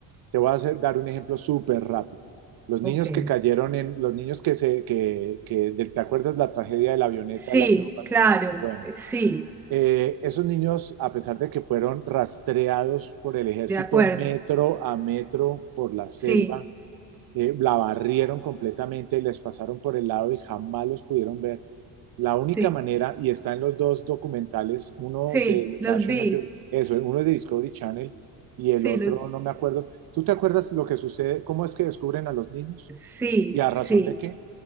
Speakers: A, on the right; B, in the centre.
A: te voy a hacer- dar un ejemplo súper rápido. Los
B: Ok.
A: niños que cayeron en, los niños que se, que, que, de- ¿te acuerdas la tragedia de la avioneta
B: Sí,
A: el año pasado?
B: claro,
A: Bueno,
B: eh, sí,
A: eh, esos niños, a pesar de que fueron rastreados por el ejército
B: de acuerdo.
A: metro a metro por la selva,
B: Sí,
A: eh, la barrieron completamente, les pasaron por el lado y jamás los pudieron ver. La única
B: sí,
A: manera, y está en los dos documentales, uno
B: sí,
A: del
B: los
A: National,
B: vi,
A: Geo- eso, uno es de Discovery Channel y el
B: sí,
A: otro
B: los,
A: no me acuerdo. ¿Tú te acuerdas lo que sucede? ¿Cómo es que descubren a los niños?
B: sí,
A: ¿Y a razón
B: sí,
A: de qué?